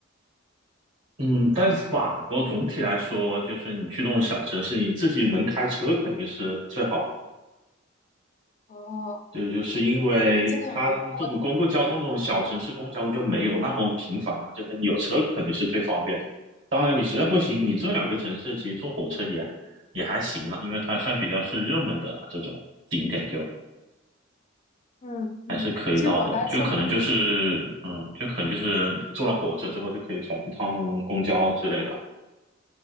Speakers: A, on the right (about 70°); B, on the left (about 35°).
A: 嗯，但是法国总体来说，就是你去这种小城市，你自己能开车肯定是最好的。
B: 么？哦，
A: 就就是因为它这种公共交通，
B: 你建议我们通过，
A: 这种小城市公共交通就没有那么频繁嘛，就是你有车肯定是最方便的。当然，你实在不行，你这两个城市其实坐火车也也还行了，因为它算比较是热门的这种景点就，
B: 嗯嗯，
A: 还是可以到的。
B: 其实我还现在，
A: 就可能就是，嗯，就可能就是坐了火车之后就可以转一趟公交之类的。